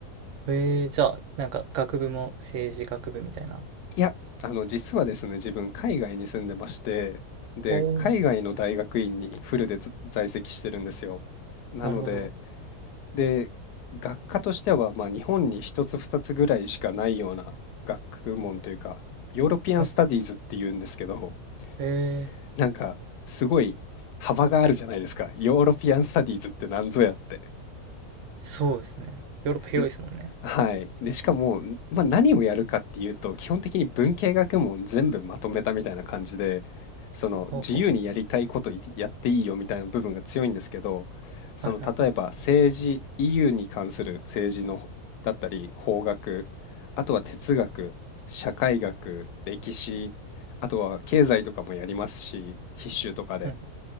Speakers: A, on the right; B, on the left.
A: へえ、じゃあ、なんか学部も政治学部みたいな。
B: いや、あの、実はですね、自分、海外に住んでまして、で、
A: おお、
B: 海外の大学院にフルでず在籍してるんですよ。なので、
A: なるほど。
B: で、学科としては、まあ、日本に一つ二つぐらいしかないような学問というか、ヨーロピアン・
A: はい。
B: スタディーズって言うんですけど、
A: ええ、
B: <laughs> なんか、すごい幅があるじゃないですか。ヨーロピアン・スタディーズって何ぞやって。
A: そうですね。ヨーロッパ広いですもんね。
B: で、はい。で、しかも、んまあ、何をやるかっていうと、基本的に文系学問全部まとめたみたいな感じで、その自由にやりたいこといやっていいよみたいな部分が強いんですけど、
A: ほうほ
B: その例えば政治、
A: う。はいはい。
B: EU に関する政治のほだったり、法学、あとは哲学、社会学、歴史、あとは経済とかもやりますし、必修とかで。
A: うん